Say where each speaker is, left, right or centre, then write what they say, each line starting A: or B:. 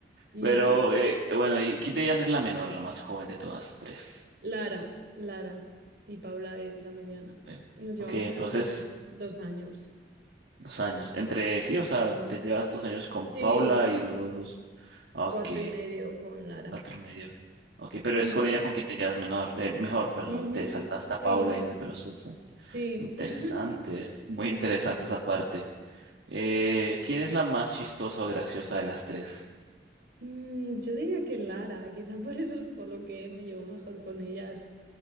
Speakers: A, on the right; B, on the right.
A: Ujú.
B: Pero eh, bueno, ¿y quién de ellas es la menor, la más joven de todas tres?
A: Lara, Lara y Paula es la mediana.
B: Eh,
A: Nos llevamos
B: Ok, entonces,
A: además dos, dos años.
B: dos años. Entre sí,
A: Sí,
B: o sea, te llevas dos años con
A: sí,
B: Paula y luego dos. Ok,
A: cuatro y medio con Lara.
B: otro medio. Ok, pero
A: Ujú,
B: es con ella con quien te llevas menor, eh, mejor, perdón,
A: ujú,
B: te saltaste
A: Sí,
B: a Paula en el proceso.
A: sí.
B: Interesante,
A: <laughs>
B: muy interesante esa parte. Eh, ¿quién es la más chistosa o graciosa de las tres?
A: Mm, yo diría que Lara, quizás por eso es por lo que me llevo mejor con ellas.